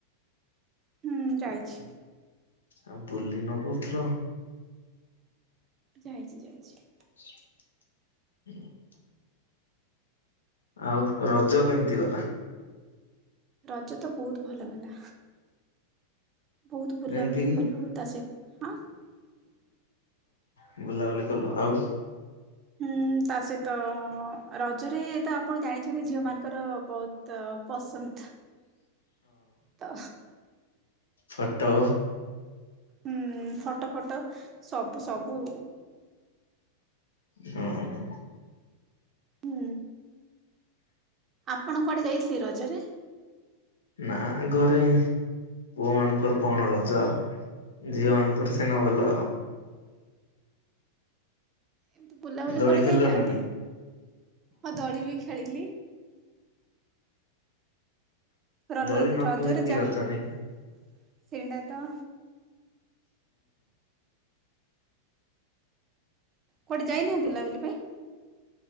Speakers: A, on the right; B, on the left.
A: ହୁଁ ଯାଇଛି।
B: ଆଉ ବୁଲିନ କହୁଥିଲ।
A: ଯାଇଛି ଯାଇଛି।
B: <inaudible> ଆଉ ରଜ କେମିତି ଗଲା?
A: ରଜ ତ ବହୁତ ଭଲ ଗଲା। ବହୁତ ବୁଲାବୁଲି
B: ଯେମିତି କିି
A: କଲୁଣୁ ତା ସହିତ ହାଁ।
B: ହ ବୁଲାବୁଲି କଲ ଆଉ -
A: ହୁଁ ତା ସହିତ - ରଜରେ ତ ଆପଣ ଜାଣିଛନ୍ତି ଝିଅ ମାନଙ୍କର ବହୁତ ପସନ୍ଦ ତ
B: ଫଟ
A: ହୁଁ ଫଟୋ ଫଟୋ ସବୁ ସବୁ।
B: ହୁଁ।
A: ହୁଁ ଆପଣ କୁଆଡେ ଯାଇଥିଲେ ରଜରେ?
B: ନା ଘରେ ପୁଅ ମାନଙ୍କର କଣ ରଜ? ଝିଅ ମାନଙ୍କର ସିନା ଭଲ
A: ଏମିତି ବୁଲାବୁଲି
B: ଦୋଳି
A: କୁଆଡେ
B: ଖେଳିଲ
A: ଯାଇନାହାନ୍ତି?
B: ନା ନାଇଁ
A: ହଁ ଦଳି ବି ଖେଳିଲି। ର
B: ଦୋଳି ନ
A: ରଜରେ
B: ଖେଳିଲେ କି
A: ଯା
B: ରଜ
A: ସେଇଟା
B: ନାଇଁ କି?
A: ତ କୁଆଡେ ଯାଇନାହା ବୁଲାବୁଲି ପାଇଁ।